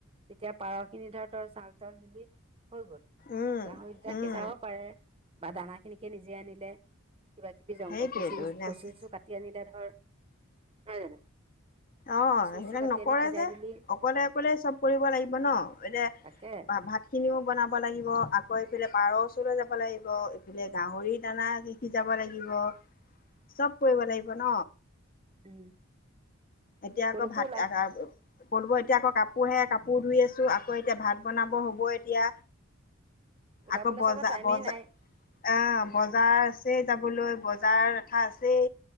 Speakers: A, on the right; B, on the left.
A: তেতিয়া পাৰ খিনি ধৰ তই চাউল টাউল দিলি হৈ গল
B: উম
A: গাহৰিটা
B: উম
A: সি চাব পাৰে বা দানা খিনিকে নিজে আনিলে কিবা কিবি জং
B: সেইটোয়েতো
A: অ কচুু
B: অ
A: কচু চচু কাটি আনিলে হয় হয় জানো
B: অ
A: কচু
B: সেইবিলাক
A: চচু কাটি
B: নকৰে
A: আনি সিজাই
B: যে
A: দিলি
B: অকলে অকলে চব কৰিব লাগিব ন এ
A: তাকে
B: ভাত খিনিও বনাব লাগিব আ গৈ পেলে পাৰ ওচৰলৈ যাব লাগিব ব এইফালে গাহৰি দানা কি সিজাব লাগিব। চব কৰিব লাগিব ন।
A: উম
B: এতিয়া আকৌ
A: কলৈকো
B: ভাত
A: ওলা
B: আ আ পলব এতিয়া আকৌ কাপোৰ হে কাপোৰ শুই আছোঁ আকৌ এতিয়া ভাত বনাব হ'ব এতিয়া
A: ওলাবলৈ
B: আকৌ বজাৰ
A: চাগৈ টাইমেই
B: বজাৰ
A: নাই
B: অ বজাৰছে যাবলৈ বজাৰ লেঠা আছেই